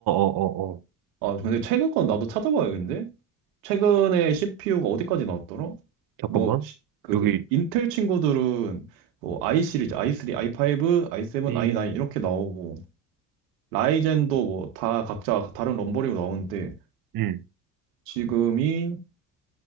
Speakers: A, on the right (about 45°); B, on the right (about 75°).
A: 어, 어.
B: 아, 근데 최근 건 나도 찾아봐야겠는데? 최근에 CPU가 어디까지 나왔더라?
A: 잠깐만.
B: 뭐, 시- 그,
A: 여기,
B: 인텔 친구들은 뭐, i 시리즈, i3, i5, i7,
A: 이,
B: i9 이렇게 나오고, 라이젠도 뭐, 다 각자 다른 럼버링으로 나오는데,
A: 음.
B: 지금이